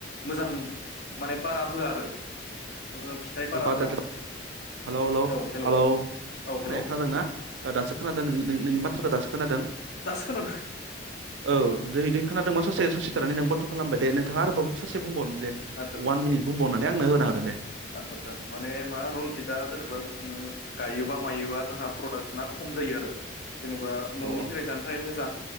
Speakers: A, on the left; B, on the right.
A: मोजां माने बारा होआ आरो ओ फिथाइ बारा
B: बादद
A: होआ
B: हालौ हालौ
A: औ हेलौ
B: हालौ
A: औ हेलौ
B: ए खोनादोंना ओह दासो खोनादों नोंनि नोंनि माथ्राखौ दासो खोनादों
A: दासो खोनादों
B: औ दै दै खोनादोंमोन ससे सिथनानै नों बन्द' खालामबाय दे नों नोंथाङा आरोबाव ससे
A: आदसा
B: बुंबावनो दे अवान
A: आदसा
B: मिनिट बुंबावनानै आंनो होनो हागोन दे
A: आतसा आतसा माने मा रनजितआ जेनेबा जोङो गायोबा मायोबा जोंहा प्रडाक्सना खम जायो आरो जेनेबा
B: औ
A: न'नि
B: औ
A: थाखाय जानो थाखाय मोजां